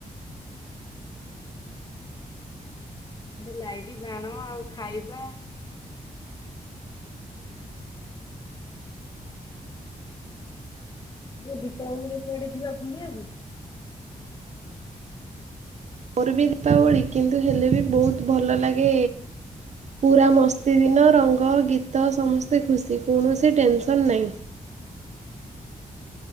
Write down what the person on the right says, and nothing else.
ମୋର ବି ଦୀପାବଳି କିନ୍ତୁ ହେଲେ ବି ବହୁତ ଭଲ ଲାଗେ ପୁରା ମସ୍ତି ଦିନ ରଙ୍ଗ ଗୀତ ସମସ୍ତେ ଖୁସି କୌଣସି ଟେନସନ୍ ନାହିଁ।